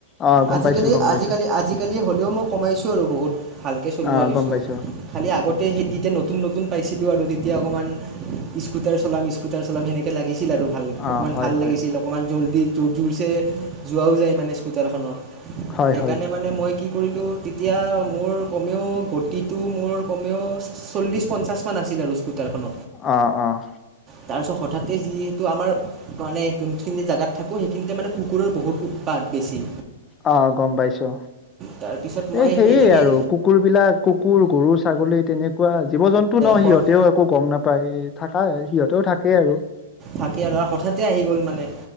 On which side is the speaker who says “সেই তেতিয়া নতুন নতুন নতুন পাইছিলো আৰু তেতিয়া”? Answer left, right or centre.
Right